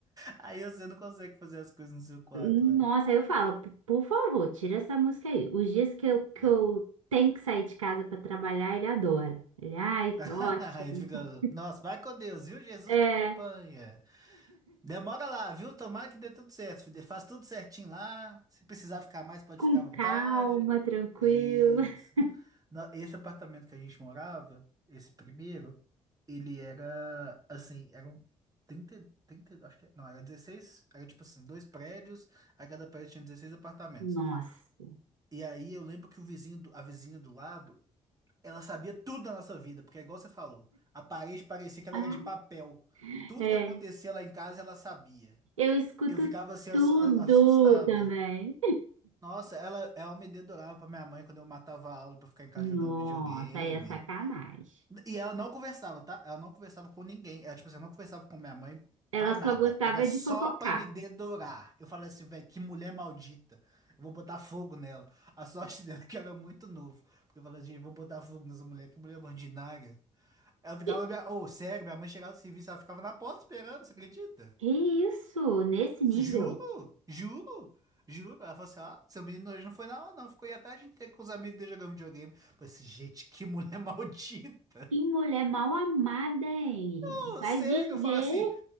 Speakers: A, on the right; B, on the right.
A: Aí você não consegue fazer as coisas no seu quarto,
B: Nossa,
A: né?
B: aí eu falo, "P- por favor, tira essa música aí. Os dias que eu, que
A: Não.
B: eu tenho que sair de casa para trabalhar, ele adora. Ele, ai,
A: <laughs>
B: ótimo.
A: Aí ele fica, nossa, vai com Deus, viu? Jesus
B: É,
A: te acompanha. Demora lá, viu? Tomara que dê tudo certo, filho. Faz tudo certinho lá. Se precisar ficar mais, pode
B: com
A: ficar à vontade.
B: calma, tranquilo.
A: Isso.
B: <laughs>
A: Na- Esse apartamento que a gente morava, esse primeiro, ele era assim, eram 30 30 acho que, não, era dezesseis era tipo assim, dois prédios, a cada prédio tinha dezesseis apartamentos.
B: Nossa.
A: E aí eu lembro que o vizinho, do- a vizinha do lado, ela sabia tudo da nossa vida, porque é igual você falou, a parede parecia que ela
B: Ah,
A: era de papel. Tudo
B: É,
A: que acontecia lá em casa, ela sabia.
B: eu escuto
A: Eu ficava assim ass-
B: tudo
A: a- assustado.
B: também.
A: Nossa, ela, ela me dedurava pra minha mãe quando eu matava a aula pra ficar em casa
B: Nossa,
A: jogando videogame.
B: aí é sacanagem.
A: E ela não conversava, tá? Ela não conversava com ninguém. Ela, tipo assim, eu não conversava com minha mãe
B: Ela
A: pra
B: só
A: nada.
B: gostava
A: Era só
B: de fofocar.
A: pra me dedurar. Eu falei assim, velho, que mulher maldita. Eu vou botar fogo nela. A sorte <laughs> dela é que eu era muito novo. Porque eu falei assim, vou botar fogo nessa mulher, que mulher ordinária. Ela ficava,
B: E-
A: minha... oh, sério, minha mãe chegava do serviço, ela ficava na porta esperando, você acredita?
B: Que isso? Nesse nível?
A: Juro, juro, juro. Ela falou assim: ó, seu menino hoje não foi na aula, não. Ficou aí a tarde inteira com os amigos dele jogando videogame. Eu falei assim, gente, que mulher <laughs> maldita.
B: Que mulher mal amada, hein?
A: Pô,
B: Vai
A: Sério,
B: viver,
A: eu falo assim,